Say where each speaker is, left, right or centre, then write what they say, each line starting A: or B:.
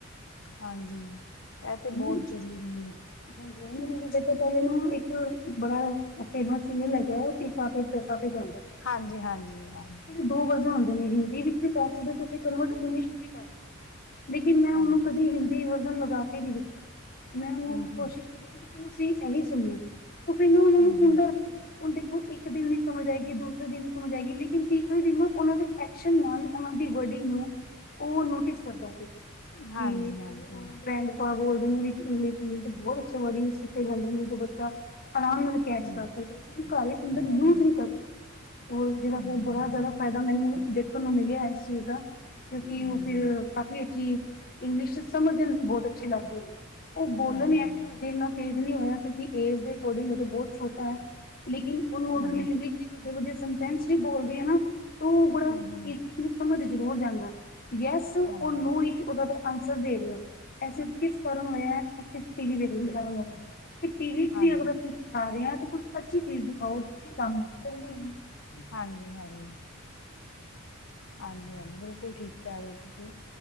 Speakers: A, on the left (about 65°); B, on the left (about 45°).
A: ਹਾਂਜੀ ਐ ਤੇ
B: ਹਮ
A: ਬੋਤ ਜ਼ਰੂਰੀ ਏ
B: ਹਾਂਜੀ ਨੂ <unintelligible> ਪੈਲੇ ਨਾ ਇੱਕ ਬੜਾ ਫੇਮਸ ਸੀਨੀਅਲ ਹੈਗਾ ਪੀ ਪਾਪੇ ਪਾਪੀ ‌ਜਾਦਾ‌
A: ਹਾਂਜੀ-ਹਾਂਜੀ-ਹਾਂਜੀ
B: ਦੋ ਵਜੇ ਹੁੰਦੇ ਨੇ ਹਿੰਦੀ ਵਿੱਚ ਵੀ ਤਾਂ ਜਿਦਾਂ ਤੁਸੀ ਕਨਵਰਟ ਇੰਗਲਿਸ਼ ਵੀ ਕਰਦੇ ਲੇਕਿਨ ਮੈਂ
A: ਹਾਂਜੀ।
B: ਓਨੂੰ ਕਦੀ‌ ਹਿੰਦ ਕਿ ਵਰਧਨ ਲਗਾ ਕੇ ਈ ਦਿਤਾ‌। ਮੈਂ ਉਨੂੰ‌
A: ਹੂੰ-ਹੂੰ,
B: ਕੋਸ਼ਿਸ਼ ਕਰਦੀ ਸੀ ਕਿ ਤੁਸੀਂ ਐਵੇਂ ਈ ਸੁਨਨਾ। ਉਹ ਕੈਂਦਾ, ਮਨੂੰ
A: ਹੂੰ-ਹੂੰ।
B: ਸੁੰਦਰ ਹੈਗਾ ਸੀ। ਹੁਨ ਦੇਖੋ, ਇਕ ਦਿਨ ਨੀ ਸਮਝ ਆਏਗੀ, ਦੂਸਰੇ ਦਿਨ ਨੀ ਸਮਝ ਆਏਗੀ, ਲੇਕਿਨ ਤੀਸਰੇ ਦਿਨ ਨਾ, ਓਨਾਂ ਦੇ ਐਕਸ਼ਨ ਨਾਲ ਓਨਾਂ ਦੀ ਵਰਡਿੰਗ‌ ਨੂੰ, ਓਹ ਨੋਟਿਸ ਕਰਦੈ ਫਿਰ,
A: ਹਾਂਜੀ-ਹਾਂਜੀ,
B: ਪੀਲੀ ਫਿਰ ਉਹ ਆ, ਬ੍ਰੈੰਡ। ਹਾਂ ਬੋਲਦੇ ਨੇ ਵਿਚ -ਵਿਚ ਬੋਤ ਅੱਛਾ ਬੋਲਦੇ ਨੇ, ਸਿਖੇ ਜਾਂਦੇ ਨੇ, ਦੋ ਬੱਚਾ। ਆਰਾਮ ਨਾਲ ਕੈਚ
A: ਹੂੰ,
B: ਕਰ ਸਕਦੈ, ਕਿਉਂਕਿ ਘਰ ਵਿਚ ਅੰਦਰ
A: ਹਾਂਜੀ।
B: ਯੂਜ ਨੀ ਕਰਦਾ। ਉਹ ਜੇੜਾ
A: ਹਾਂਜੀ।
B: ਫੇਰ ਬੜਾ ਜਾਦਾ ਫਾਇਦਾ ਮੈਨੂੰ ਦੇਖਨ ਨੂੰ ਮਿਲਿਐ ਇਸ ਚੀਜ਼ ਦਾ। ਕਿਉਂਕਿ
A: ਹੂੰ,
B: ਉਹ ਫਿਰ, ਕਾਫੀ ਅੱਛੀ, ਇੰਗਲਿਸ਼ ਸਮਝਨ 'ਚ ਬੋਤ ਅੱਛੀ ਲੱਗਦੀ। ਉਹ
A: ਹੂੰ-ਹੂੰ,
B: ਬੋਲਨ
A: ਹੂੰ-ਹੂੰ,
B: ਐ ਕਿ ਇੰਨਾ ਤੇਜ਼ ਨੀ ਹੋਇਆ, ਕਿਉਂਕਿ ਏਜ ਦੇ ਅਕੋਰਡਿੰਗ, ਅਗਰ ਬੋਤ ਛੋਟਾ ਐ। ਲੇਕਿਨ ਓਨੂੰ
A: ਹੂੰ-ਹੂੰ,
B: ਓਦੇ ਲਈ ਇੰਗਲਿਸ਼ ਦੇ ਵੱਡੇ- ਵੱਡੇ‌ ਸਨਟੈਂਸ ਵੀ ਬੋਲਦੇ, ਆ ਨਾ? ਤੂੰ ਬੜਾ
A: ਹਾਂਜੀ, ਹੂੰ, ਹੂੰ।
B: ਇਸ ਚੀਜ ਨੂੰ ਸਮਝ ਜ਼ਰੂਰ ਜਾਂਦੈ, ਯੈਸ ਔਰ
A: ਹਾਂਜੀ,
B: ਨੋ ਇੱਕ। ਫਿਰ ਓਦਾ ਫਿਰ ਆਂਸਰ ਦੇ ਰੇ ‌ਓ। ਐਸੀੇ ਕਿਸ ਫਰਮ ਹੋਇਐ, ਕੇ ਅਸੀ ਟੀ ਵੀ ਵੇਖ ਲਓ। 'ਤੇ ਟੀ ਵੀ 'ਚ
A: ਹਾਂਜੀ,
B: ਵੀ ਅਗਰ ਅਸੀਂ ਦਿਖਾ ਰੇਅ ਆ, 'ਤੇ ਕੁੱਛ ਅੱਛੀ ਚੀਜ਼ ਦਿਖਾਓ। ਕੀ ਕੰਮ, ਫਿਰ ਵੀ
A: ਹਾਂਜੀ-ਹਾਂਜੀ। ਹਾਂਜੀ- ਹਾਂਜੀ, ਬਿਲਕੁਲ ਠੀਕ ਕੈਅ ਰੇ ਹੋ ਤੁਸੀਂ।